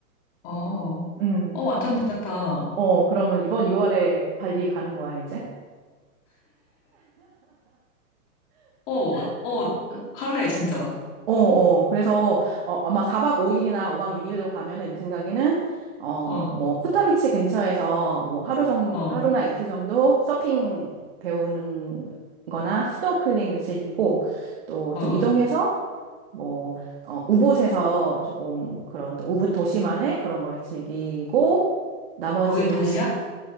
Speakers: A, on the left; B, on the right.
A: 어,
B: 음.
A: 어, 완전 괜찮다.
B: 어, 그러면 이번 6월에 발리 가는 거야, 이제?
A: 어, 어, 갈래, 진짜.
B: 어, 어. 그래서, 어, 아마 4박 5일이나 5박 6일로 가면은 내 생각에는, 어,
A: 어,
B: 뭐, 코타비치 근처에서 뭐 하루 정,
A: 어,
B: 하루나 이틀 정도 서핑 배우는 거나 스노클링을 즐기고, 또
A: 어.
B: 좀 이동해서, 뭐, 어, 우붓에서 조금 그런, 또 우붓 도시만의 그런 걸 즐기고, 나머지는,
A: 거긴 도시야?